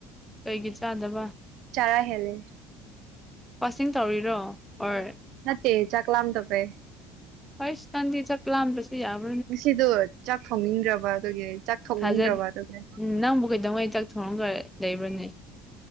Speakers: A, in the centre; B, on the right (about 60°).
A: ꯀꯩꯒꯤ ꯆꯥꯗꯕ
B: ꯆꯔꯥ ꯍꯦꯜꯂꯦ
A: ꯋꯥꯁꯤꯡ ꯇꯧꯔꯤꯔꯣ ꯍꯣꯏ
B: ꯅꯠꯇꯦ ꯆꯥꯛ ꯂꯝꯗꯕꯩ
A: ꯍꯣꯏꯁ‌ ꯅꯪꯗꯤ ꯆꯥꯛ ꯂꯥꯗ꯭ꯔꯁꯨ ꯌꯥꯕ
B: ꯉꯁꯤꯗꯨ ꯆꯥꯛ ꯊꯣꯡꯅꯤꯡꯗ꯭ꯔꯕ ꯑꯗꯨꯒꯤ ꯆꯥꯛ ꯊꯣꯡꯅꯤꯡꯗ꯭ꯔꯕ
A: ꯊꯥꯖ
B: ꯑꯗꯨꯒꯤ
A: ꯎꯝ ꯅꯪꯕꯨ ꯀꯩꯗꯉꯩ ꯆꯥꯛ ꯊꯣꯡꯉꯒ ꯂꯩꯕ꯭ꯔꯅꯦ